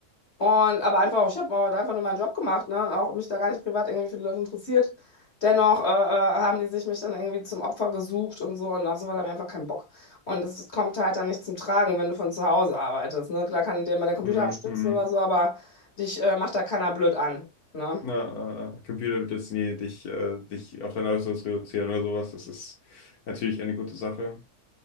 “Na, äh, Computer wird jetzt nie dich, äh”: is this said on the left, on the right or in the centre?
Left